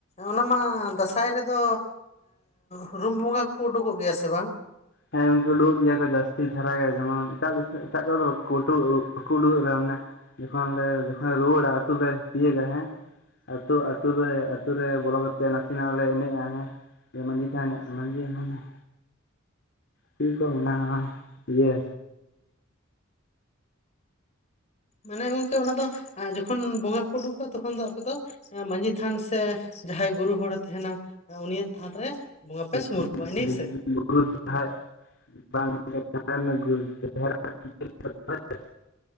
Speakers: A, on the left (about 35°); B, on the left (about 60°).
A: ᱚᱱᱟ ᱢᱟ ᱫᱟᱸᱥᱟᱭ ᱨᱮᱫᱚ, ᱚ ᱨᱩᱢ ᱵᱚᱸᱜᱟ ᱠᱚᱠᱚ ᱩᱰᱩᱠᱚᱜ ᱜᱮᱭᱟ ᱥᱮ ᱵᱟᱝ?
B: ᱦᱮᱸ ᱜᱚᱝᱠᱮ ᱩᱰᱩᱠᱟᱹᱜ ᱜᱮᱭᱟ ᱠᱚ ᱡᱟᱹᱥᱛᱤ ᱫᱷᱟᱨᱟ ᱜᱮ, ᱡᱮᱢᱚᱱ ᱮᱴᱟᱜ ᱮᱴᱟᱜ ᱠᱚᱨᱮᱫᱚ ᱩ ᱵᱟᱠᱚ ᱩᱰᱩᱠᱜ ᱨᱮᱦᱽ ᱚᱱᱮ ᱡᱚᱠᱷᱚᱱ ᱞᱮ ᱡᱚᱠᱷᱚᱱ ᱞᱮ ᱨᱩᱣᱟᱹᱲᱟ, ᱟᱛᱳ ᱞᱮ ᱛᱤᱭᱳᱜᱟ ᱦᱮᱸ, ᱟᱹᱛᱩᱳ ᱟᱹᱛᱩ ᱨᱮ ᱟᱛᱳ ᱨᱮ ᱵᱚᱞᱚ ᱠᱟᱛᱮᱜ ᱱᱟᱥᱮᱱᱟᱜ ᱞᱮ ᱮᱱᱮᱡᱼᱟ ᱦᱮᱸ, ᱡᱮ ᱢᱟᱹᱡᱤᱨ ᱛᱷᱟᱱᱟ ᱢᱟᱹᱡᱤ ᱮᱢᱳᱜ ᱪᱮ ᱠᱚ ᱢᱮᱱᱟᱼᱟ ᱤᱭᱟᱹ
A: ᱢᱟᱱᱮ ᱜᱚᱝᱠᱮ ᱚᱱᱟ ᱫᱚ ᱡᱚᱠᱷᱚᱱ ᱵᱚᱸᱜᱟ ᱠᱚ ᱩᱰᱩᱠᱚᱜ-ᱟ ᱛᱚᱠᱷᱚᱱ ᱫᱚ ᱟᱯᱮ ᱫᱚ ᱢᱟᱟᱹᱡᱷᱤ ᱛᱷᱟᱱ ᱥᱮ ᱡᱟᱦᱟᱸᱭ ᱜᱩᱨᱩ ᱦᱚᱲᱮ ᱛᱟᱦᱮᱱᱟ ᱩᱱᱤᱭᱟᱜ ᱛᱷᱟᱱ ᱨᱮ ᱵᱚᱸᱜᱟ ᱯᱮ
B: <unintelligible>
A: ᱥᱩᱢᱩᱨ ᱠᱚᱣᱟ ᱤᱱᱟᱹ ᱜᱮᱥᱮ
B: ᱜᱩᱨᱩ ᱡᱟᱦᱟᱸᱭ ᱵᱟᱝ ᱜᱮ ᱜᱩᱨᱩ ᱛᱟᱦᱮᱱ ᱡᱟᱦᱟᱸᱨᱮ